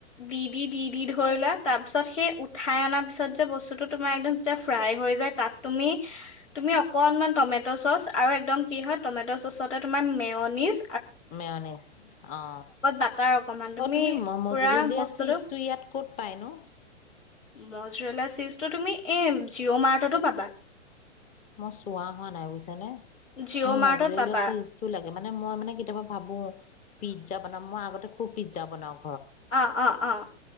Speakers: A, on the left; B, on the left.
A: দি দি দি দি ধৰি লোৱা তাৰপিছত সেই উঠাই অনা পিছত যে বস্তুটো তোমাৰ বাৰাদি কৰিয়ে তুমি তুমি অকণমান টমেট চ অচ আৰু একদম কি হয় টমেট চনত তোমাৰ মে নন ইছ
B: মেনেষ্ট অ
A: বাটাৰ অকমান
B: অ তুমি মজলীয়া
A: পুৰা বস্তুটো
B: চীজটো ইয়াত ক'ত পাইনো
A: মজৰেলা চীজটো তুমি এই জিঅ' মাৰ্টতো পাবা
B: মই চোৱা হোৱা নাই বুইচা নে
A: জিঅ'
B: ম
A: মাৰ্টত
B: মজলিয়া
A: পাবা
B: চিজটো লাগে মানে মই মানে কেতিয়াবা ভাবো পিজ্জা বনাম আগতে খুব পিতজা বনাওঁ।
A: অ-অ-অ,